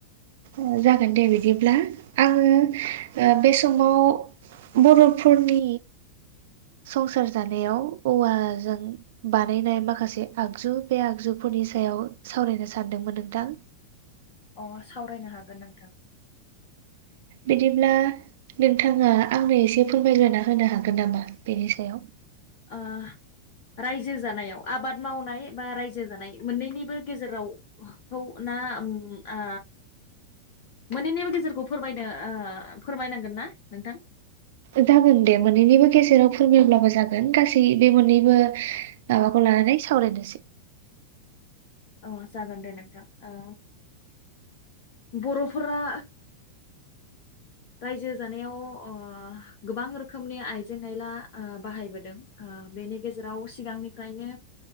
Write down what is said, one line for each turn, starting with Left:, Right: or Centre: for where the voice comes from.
Right: ओ जागोन दे बिदिब्ला आङो ओ बे समाव बरफोरनि संसार जानायाव औवाजों बानायनाय माखासे आगजु बे आगजुफोरनि सायाव सावरायनो सानदोंमोन नोंथां
Left: अ सावरायनो हागोन नोंथां
Right: बिदिब्ला नोंथाङा आंनो एसे फोरमायलायना होनो हागोन नामा बेनि सायाव
Left: ओ रायजो जानायाव आबाद मावनाय बा रायजो जानाय मोनैनिबो गेजेराव खौना आ मोनैनिबो गेजेरखौ फोरमायनो ओ फोरमायनांगोन ना नोंथां
Right: जागोन दे मोननैनिबो गेजेराव फोरमायब्लाबो जागोन गासै गासै बे मोननैबो माबाखौ लानानै सावरायनोसै
Left: अ जागोन दे नोंथां ओ बरफोरा रायजो जानायाव ओ गोबां रोखोमनि आइजें आइला ओ बाहायबोदों ओ बेनि गेजेराव सिगांनिफ्रायनो